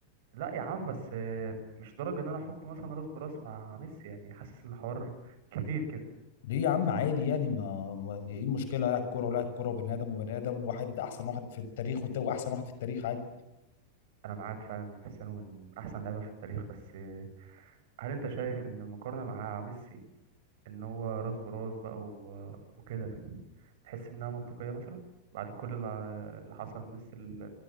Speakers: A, on the right; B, on the left.
A: لا يا عم بس آه، مش درجة ان انا احطه مثلا راس براس مع ميسي يعني حاسس ان الحوار كتير كده
B: ليه يا عم عادي يعني ما ما- ايه المشكله لاعب كوره ولاعب كوره وبني ادم وبني ادم واحد احسن واحد في التاريخ والت- واحسن واحد في التاريخ عادي
A: انا معاك فعلا ان كريستيانو من احسن لعيبة في التاريخ بس آه، هل انت شايف ان المقارنة مع ميسي ان هو راس براس بقى و... وكده تحس انها منطقية مثلا بعد كل اللي ع- اللي حصل من ميسي ال-